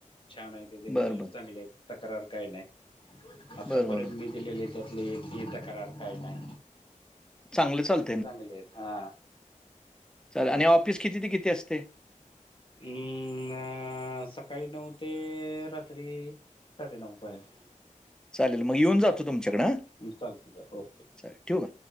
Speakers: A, on the left; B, in the centre.
A: छान हाय त्याज
B: बर
A: रिझल्ट
B: बर
A: चांगलेयेत तक्रार काय नाय आतापर्यंत
B: बर बर
A: मी दिलेले ये त्यातले एकही तक्रार काय नाय.
B: चांगलं चालं
A: चांगलेयेत हा
B: चाललं आणि ऑफिस किती ते किती असते.
A: अम्म्म्म्म न सकाळी नऊ ते रात्री साडे नऊ पर्यंत
B: चालेल म येऊन जातो तुमच्याकड हां
A: चालतं ओके
B: चालेल ठेवू का?